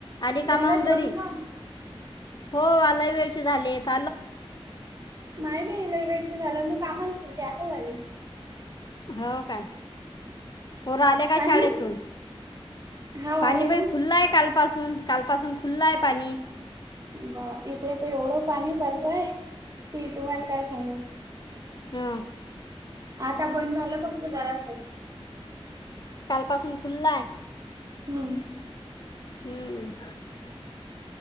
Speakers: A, on the left; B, on the right.
A: आली कामावून
B: झाला जेवन
A: घरी
B: खान
A: हो आलाही वेळचे झाली येत
B: नाही नाही लई वेळच झालं मी कामाला के ते आताचं आली
A: हो काय पोरं आले का
B: पाणी
A: शाळेतून
B: हाव
A: पाणी
B: आले
A: बाई
B: ना
A: खुल्ला आहे काल पासून काल पासून खुलं आहे पाणी
B: ब इकडे तर एवढं पाणी चालू आहे कि तुम्हाला काय सांगू
A: हम
B: आता बंद झाला फक्त जरासं
A: पासून खुल्लाय
B: हम्म
A: हम्म